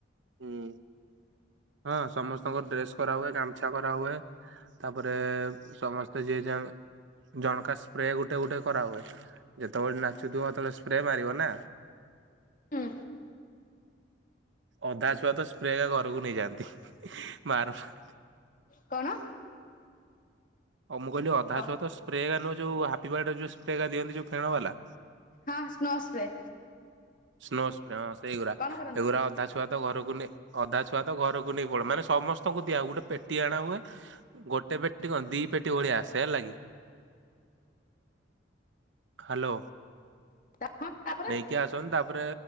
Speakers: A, on the right (about 75°); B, on the left (about 45°).
A: ହୁଁ। ହଁ ସମସ୍ତଙ୍କ ଡ୍ରେସ କରାହୁଏ ଗାମୁଛା କରାହୁଏ ତାପରେ ସମସ୍ତେ ଯିଏ ଯାହା ଆମେ ଜଣକା ସ୍ପ୍ରେ ଗୋଟେ ଗୋଟେ ଗୋଟେ କରାହୁଏ ଯେତେବେଳେ ନାଚୁଥିବ ସେତେବେଳେ ସ୍ପ୍ରେ ମାରିବ ନା।
B: ହୁଁ।
A: ଅଧା ଛୁଆ ତ ସ୍ପ୍ରେ ଏକା ଘରକୁ ନେଇଯାଆନ୍ତି ମାରନ୍ତି ନି।
B: କଣ।
A: ହଉ ମୁ କହିଲି ଅଧାଛୁଆ
B: ହଁ
A: ସ୍ପ୍ରେ ମାନେ ଯୋଉ ହାପି ବାର୍ଥଡେ ଯୋ ସ୍ପ୍ରେ ଦିଅନ୍ତି ଯଉ ଫେଣ ବାଲା।
B: ହଁ ସ୍ନୋ ସ୍ପ୍ରେ।
A: ସ୍ନୋ ସ୍ପ୍ରେ ହଁ ସେଇଗୁଡା
B: କଣ କରନ୍ତି
A: ଏଗୁଡା ଅଧା ଛୁଆ ତ ଘରକୁ ନେଇ ଅଧା ଛୁଆ ତ ଘରକୁ ନେଇ ପଲେଇବେ ମାନେ ସମସ୍ତଙ୍କୁ ଦିଆ ଗୋଟେ ପେଟି ଆଣାହୁଏ ଗୋଟେ ପେଟି କଣ ଦି ପେଟି ଭଳିଆ ଆସେ ହେଲା କି? ହାଲୋ।
B: <unintelligible> ତାପରେ।
A: ଟିକେ ଆସନ୍ତି ତାପରେ